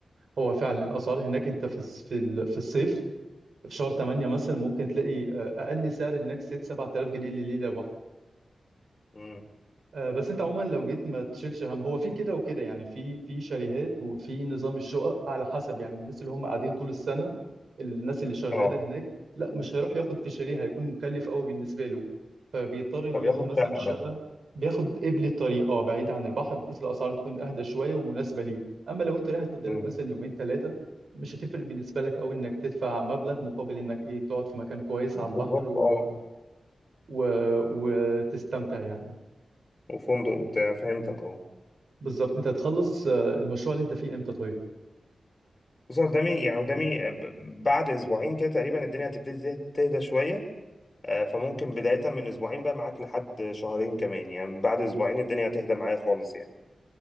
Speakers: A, on the right; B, on the left.
A: هو فعلا الأسعار هناك أنت في الس- في ال- في الصيف في شهر 8 مثلا ممكن تلاقي آه، أقل سعر هناك 6 7000 جنيه لليلة
B: مم.
A: آه، بس انت عموما لو جيت ما تشيلش هم هو في كده وكده يعني في في شاليهات وفي نظام الشقق على حسب يعني الناس اللي هم قاعدين طول السنة الناس اللي شغالة
B: اه
A: هناك لا مش هيروح ياخد في شاليه هيكون مكلف قوي بالنسبة له فبيضطر انه
B: فبياخد
A: ياخد مثلا
B: شقة
A: شقة
B: بس
A: بياخد قبل الطريق اه بعيد عن البحر بحيث الاسعار تكون اهدى شوية ومناسبة ليه اما لو انت رايح تقضي
B: مم.
A: لك مثلا يومين ثلاثة مش هتفرق بالنسبة لك قوي انك تدفع مبلغ مقابل انك ايه تقعد في مكان كويس على البحر
B: بالظبط
A: و...
B: اه
A: و... وتستمتع يعني
B: وفندق وبتاع فهمتك اه
A: بالظبط انت هتخلص آه، المشروع اللي انت فيه امتى طيب
B: بص قدامي يعني قدامي ب- بعد اسبوعين كده تقريبا الدنيا هتبتدي تهدى تهدى شوية آه، فممكن بداية من أسبوعين بقى معاك لحد شهرين كمان يعني من بعد أسبوعين الدنيا هتهدى معايا خالص يعني